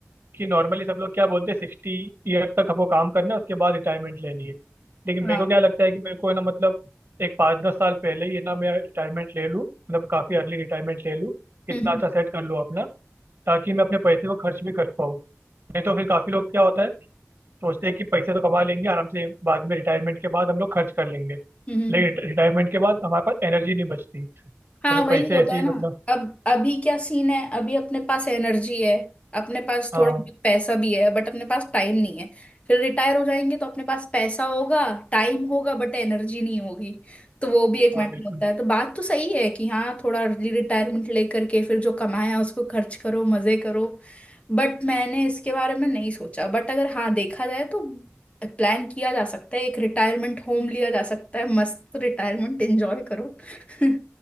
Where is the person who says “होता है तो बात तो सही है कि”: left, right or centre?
Left